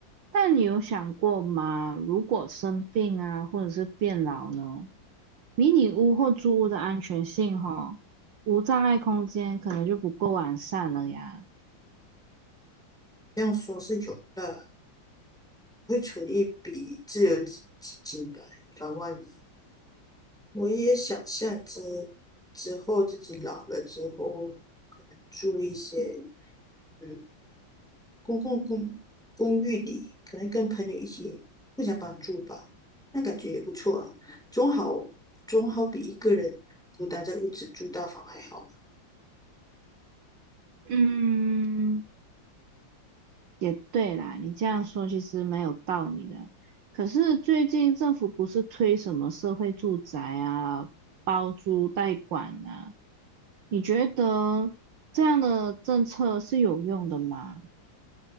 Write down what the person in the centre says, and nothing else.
这样说是有啦，会存一笔自由基基金吧，以防万一。我也想象着之后自己老了之后，可能住一些嗯公共公公寓里，可能跟朋友一起互相帮助吧，那感觉也不错啊，总好总好比一个人孤单在屋子住大房还好。